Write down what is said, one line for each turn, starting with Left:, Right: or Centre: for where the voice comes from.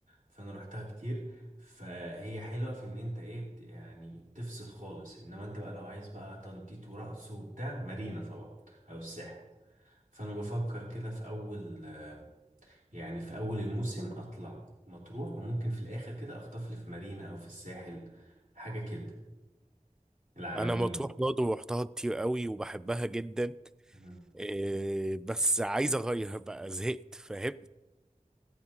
Right: فانا رحتها كتير فهي حلوه في ان انت ايه بت- يعني تفصل خالص انما انت بقى لو عايز بقى تنطيط ورقص وبتاع مارينا طبعا او الساحل فانا بفكر كده في اول يعني في اول الموسم اطلع مطروح وممكن في الاخر كده اخطف لي في مارينا او في الساحل حاجه كده العلمين
Centre: انا مطروح برضه رحتها كتير قوي وبحبها جدا
Right: مهم.
Centre: إيه بس عايز اغير بقى زهقت فاهم